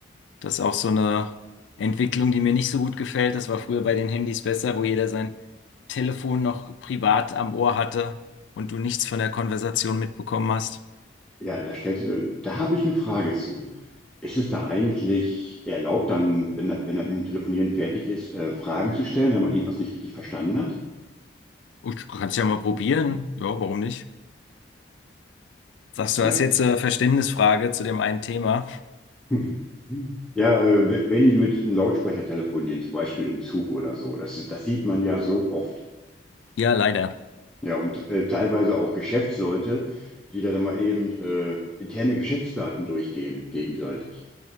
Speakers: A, on the left; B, in the centre.
A: Das ist auch so eine Entwicklung, die mir nicht so gut gefällt. Das war früher bei den Handys besser, wo jeder sein Telefon noch privat am Ohr hatte und du nichts von der Konversation mitbekommen hast.
B: Ja, da stellst du, da habe ich eine Frage zu. Ist es da eigentlich erlaubt, dann, wenn er, wenn er mit dem Telefonieren fertig ist, äh, Fragen zu stellen, wenn man irgendwas nicht richtig verstanden hat?
A: Oh, Du kannst ja mal probieren. Ja, warum nicht? Sagst
B: Ja.
A: du, hast jetzt eine Verständnisfrage zu dem einen Thema?
B: <laughs> Ja, äh, we- wenn die mit einem Lautsprecher telefonieren, zum Beispiel im Zug oder so, das, das sieht man ja so oft.
A: Ja, leider.
B: Ja, und äh, teilweise auch Geschäftsleute, die dann mal eben äh, interne Geschäftsdaten durchgeben, gegenseitig.